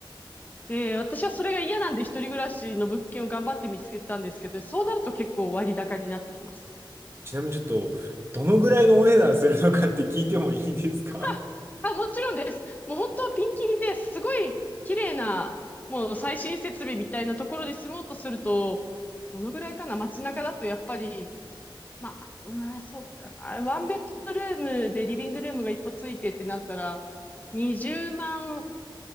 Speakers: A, on the left; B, on the right.
A: で、私はそれが嫌なんで一人暮らしの物件を頑張って見つけたんですけど、そうなると結構割高になってきます。
B: ちなみにちょっと、どのぐらいのお値段するのかって聞いてもいいですか
A: <laughs> あ、もちろんです。もう本当はピンキリですごい綺麗な、もう最新設備みたいなところで住もうとすると、どのぐらいかな街中だとやっぱり、ままあ、うん、そうかな。ワンベッドルームでリビングルームが1個ついてってなったら、20万